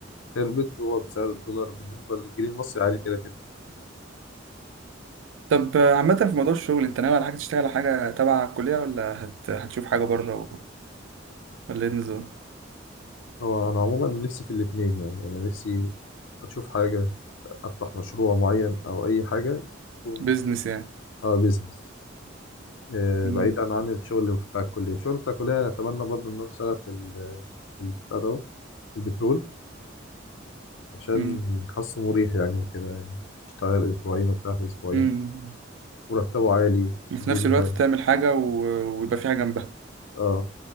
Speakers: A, on the left (about 75°); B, on the right (about 75°).
A: خربت هو سعر الدولار بالنسبة للجنيه المصري عالي كده كده
B: طب آه، عامة في موضوع الشغل انت ناوي على حاجة تشتغل على حاجة تبع الكلية ولا هت... هتشوف حاجة بره و... ولا ايه النظام؟
A: هو أنا عموما نفسي في الاتنين يعني أنا نفسي أشوف حاجة أفتح مشروع معين أو أي حاجة تكون
B: بيزنس يعني
A: اه بيزنس آه
B: مم.
A: بعيدا عن الشغل بتاع الكلية الشغل بتاع الكلية أنا أتمنى برضه إن أنا أشتغل في ال- في البتاع ده أهو، في البترول عشان
B: مم.
A: حاسه مريح يعني وكده يعني تشتغل أسبوعين وتريح أسبوعين
B: مم.
A: مرتبه عالي
B: وفي
A: والدنيا
B: نفس الوقت تعمل حاجة و... ويبقى في حاجة جنبها
A: اه